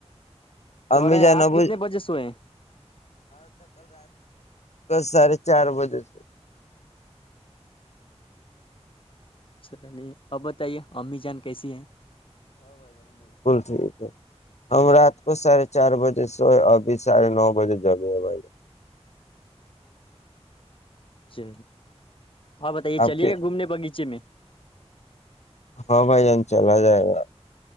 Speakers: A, on the left; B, on the left.
A: کر
B: امی
A: رہے
B: جان
A: ہیں آپ
B: ابو
A: کتنے بجے سوئے ہیں
B: کس سھے چار بجے سے
A: چل نہیں آپ بتائیے امی جان کیسی ہیں
B: جی ج ہم رات کو ساھے چار بجے سوئے ابھی ساڑھے نو بجے جب ہے بھائی
A: چی ہاں بتائیے
B: جان آپ
A: چلیے
B: کے
A: گا گھومنے باغیچے میں
B: ہاں بھائی یہان چلا جائے گا